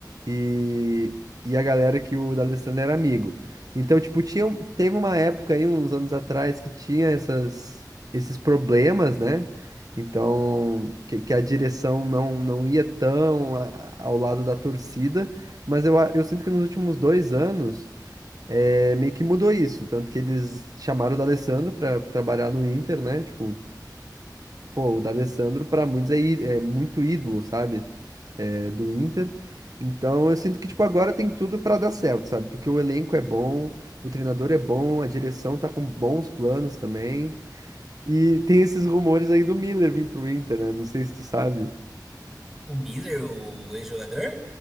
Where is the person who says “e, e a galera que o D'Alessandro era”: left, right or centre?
Right